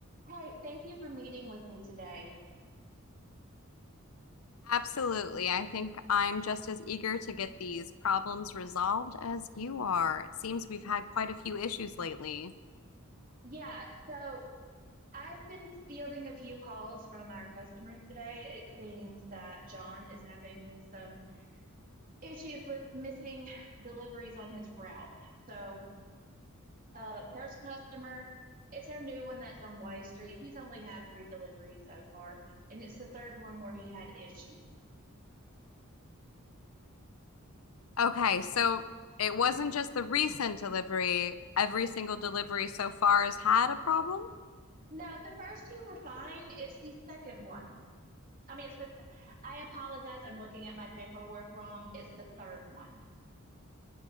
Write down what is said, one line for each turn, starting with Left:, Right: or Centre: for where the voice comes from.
Right: Hey, thank you for meeting with me today.
Left: Absolutely. I think I'm just as eager to get these problems resolved as you are. It seems we've had quite a few issues lately.
Right: Yeah, so I've been fielding a few calls from our customers today. It seems that John is having some issues with missing deliveries on his route. So, uh, first customer, it's our new one that's on Y Street. He's only had three deliveries so far, and it's the third one where he had issues.
Left: Okay, so it wasn't just the recent delivery. Every single delivery so far has had a problem.
Right: No, the first two were fine. It's the second one. I mean, it's the, I apologize. I'm looking at my paperwork wrong. It's the third one.